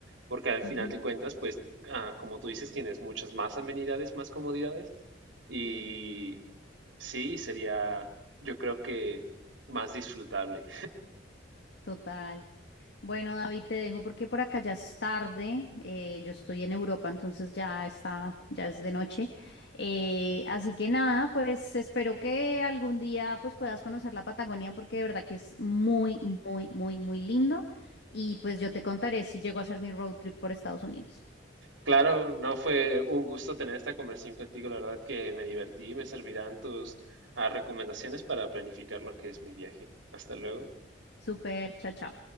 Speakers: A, on the right; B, on the left.
A: porque al
B: Ujú.
A: final de cuentas, pues, ah, como tú dices, tienes muchas más amenidades, más comodidades, y sí, sería, yo creo que más disfrutable.
B: Total. Bueno, David, te dejo porque por acá ya es tarde. eh, yo estoy en Europa, entonces ya está, ya es de noche. Eh, así que nada, pues espero que algún día pues puedas conocer la Patagonia porque de verdad que es muy, muy, muy, muy lindo. Y pues yo te contaré si llego a hacer mi road trip por Estados Unidos.
A: Claro, no fue un gusto tener esta conversación contigo. La verdad que me divertí y me servirán tus ah, recomendaciones para planificar lo que es mi viaje. Hasta luego.
B: Súper, chao, chao.